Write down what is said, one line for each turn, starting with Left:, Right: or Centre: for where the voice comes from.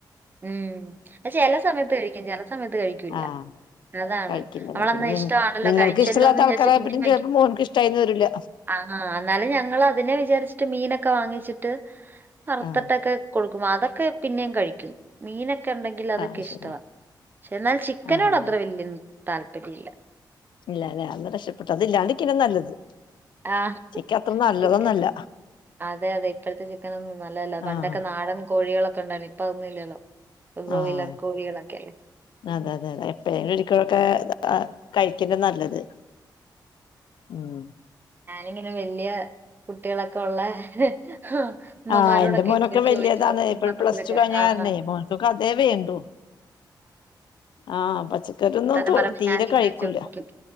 Right: ഉം പക്ഷേ ചെല സമയത്ത് കഴിക്കും ചെല സമയത്ത് കഴിക്കൂല്ല
Left: ആഹ്
Right: അതാണ്
Left: കഴിക്കില്ലല്ലേ
Right: അവളന്ന
Left: പിന്നെ
Right: ഇഷ്ടവാണല്ലോ
Left: നിങ്ങൾക്ക്
Right: കഴിച്ചല്ലോന്ന്
Left: ഇഷ്ടമല്ലാത്ത
Right: വിചാരിച്ച്
Left: ആൾക്കാരായ
Right: പിന്നിം
Left: പിന്നെ
Right: കഴിക്കും
Left: ചിലപ്പോ മോൻക്ക് ഇഷ്ടായിന്ന് വരില്ല
Right: ആഹ എന്നാലും ഞങ്ങൾ അതിനെ വിചാരിച്ചിട്ട് മീനൊക്കെ വാങ്ങിച്ചിട്ട് അറുത്തട്ടൊക്കെ
Left: ആഹ്
Right: കൊടുക്കും അതൊക്കെ പിന്നെയും കഴിക്കും മീനൊ ക്ക ഉണ്ടെങ്കിൽ അതൊക്കെ
Left: ആഹ്
Right: ഇഷ്ടവാ
Left: ശരിയാ
Right: ക്ഷ എന്നാൽ ചിക്കനോടത്ര
Left: ആഹ്
Right: വല്യൻ താല്പര്യല്ല
Left: ഇല്ലല്ലേ അന്ന് രക്ഷപ്പെട്ടു അത്ല്ലാണ്ട്ക്കന്നെ നല്ലത്
Right: ആ
Left: ചിക്കൻ അത്ര നല്ലതൊന്നല്ല
Right: <unintelligible> അതെ അതെ ഇപ്പോഴത്തെ ചിക്കനൊന്നും നല്ലല്ല പണ്ടൊക്കെ
Left: ആഹ്
Right: നാടൻ കോഴികളൊക്കെണ്ടായിരുന്നു ഇപ്പൊ അതൊന്നും ഇല്ലല്ലോ ഇപ്പൊ ബ്രോയിലർ
Left: ആഹ
Right: കോഴികളൊക്കെയല്ലേ.
Left: അതെ അതെതെ എപ്പയേലും ഒരിക്കലൊക്കെ കഴിക്കണ്ട നല്ലത് ഉം
Right: ഇങ്ങനെ വല്യേ കുട്ടികളൊക്കെ ഒള്ളെ <unintelligible> ഹാ മ്മമാരോടൊക്കെ
Left: ആഹ് എന്റെ മോനൊക്കെ
Right: ഇങ്ങനെ
Left: വലിയതാണ്
Right: ചോദിച്ചു വർത്താനം
Left: ഇപ്പ പ്ലസ്
Right: <unintelligible>
Left: ടു കഴിഞ്ഞ
Right: ആ ആഹ
Left: കാരണേ മോൻക്കൊക്കെ അതേ വേണ്ടു ആഹ് പച്ചക്കറിയൊന്നും
Right: ത്തരം പറുമ്പ
Left: തീരെ
Right: ഞാനിങ്ങനെ
Left: കഴിക്കൂല
Right: ചോദിക്കും